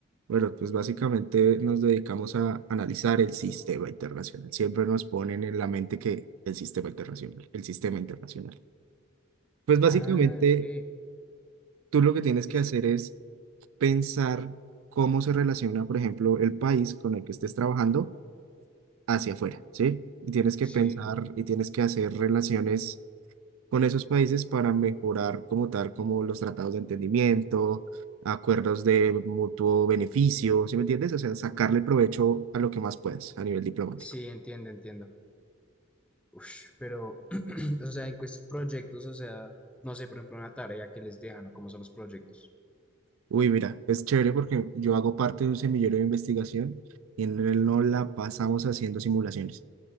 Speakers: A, on the right; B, in the centre.
A: Bueno, pues básicamente nos dedicamos a analizar el sistema internacional. Siempre nos ponen en la mente que el sistema internacional, el sistema internacional. Pues básicamente
B: Ah, ok.
A: tú lo que tienes
B: Sí,
A: que
B: sí.
A: hacer es pensar cómo se relaciona, por ejemplo, el país con el que estés trabajando hacia afuera, ¿sí? Y tienes que
B: Sí,
A: pensar y tienes que hacer relaciones con esos países para mejorar como tal, como los tratados de entendimiento, acuerdos de mutuo beneficio, ¿sí me entiendes? O sea, sacarle provecho a lo que más puedas a nivel diplomático.
B: sí, entiendo, entiendo. Ush, pero, <clears throat> o sea, en cuest- proyectos, o sea, no sé, por ejemplo, una tarea que les dejan o cómo son los proyectos.
A: Uy, mira, es chévere porque yo hago parte de un semillero de investigación y en él no la pasamos haciendo simulaciones,